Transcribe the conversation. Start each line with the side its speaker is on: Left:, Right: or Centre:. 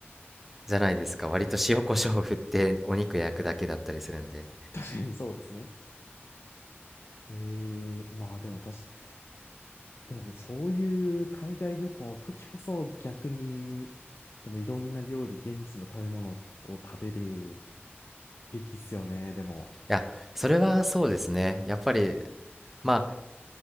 Centre: じゃないですか。割と塩コショウを振ってお肉焼くだけだったりするんで。
Left: 確かにそうですね。ええ、まあでも確か、でもそういう海外旅行の時こそ逆に、でもいろんな料理、現地の食べ物を食べるべきっすよね、でも。
Centre: いや、それはそうですね。やっぱり、まあ